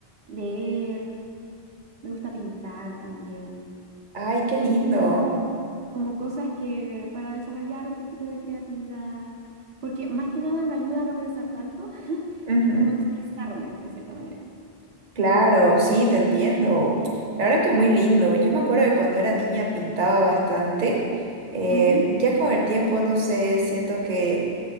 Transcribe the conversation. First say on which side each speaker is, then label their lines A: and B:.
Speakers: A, on the right; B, on the right.
A: leer, me gusta pintar también,
B: Ay, qué lindo.
A: hacer como, como cosas que para desarrollar un poquito de creatividad, porque más que nada me ayuda a no pensar tanto <laughs>
B: Ujú.
A: y como expresarme de cierta manera.
B: Claro, sí, te entiendo. La verdad que muy lindo. Yo me acuerdo que cuando era niña pintaba bastante. Eh,
A: Ujú,
B: ya con el tiempo, no sé, siento que